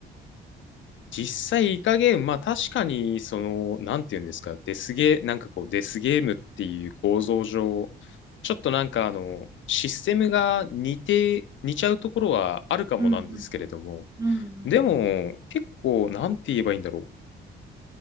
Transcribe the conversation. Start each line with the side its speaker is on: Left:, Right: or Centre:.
Left: 実際、いかゲーム、まあ確かに、その、なんていうんですか、デスゲー、なんかこう、デスゲームっていう構造上、ちょっとなんかあの、システムが似て、似ちゃうところはあるかもなんですけれども、
Right: うんうんうんうん
Left: でも、結構、なんて言えばいいんだろ